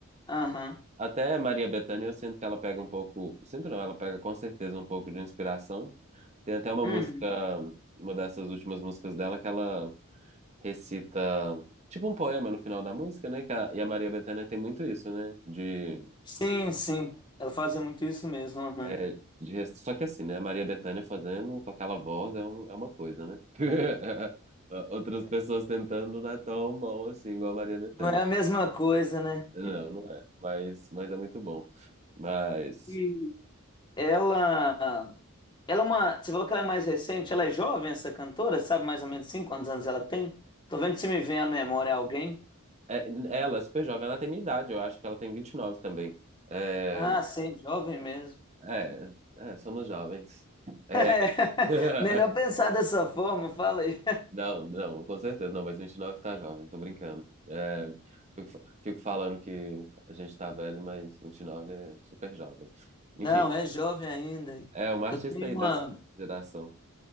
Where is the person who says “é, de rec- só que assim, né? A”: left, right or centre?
Right